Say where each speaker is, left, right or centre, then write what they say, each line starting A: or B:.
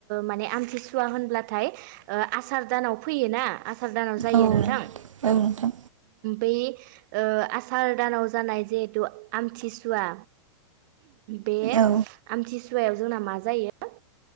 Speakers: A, on the right; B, on the right.
A: माने आमथिसुवा होनब्लाथाय आसार दानाव फैयो ना। आसार दानाव जायो
B: औ
A: नोंथां।
B: औ नोंथां
A: बै ओ आसार दानाव जानाय जिहेतु आमथिसुवा। बे
B: औ
A: आमथि सु सुवायाव जोंना मा जायो?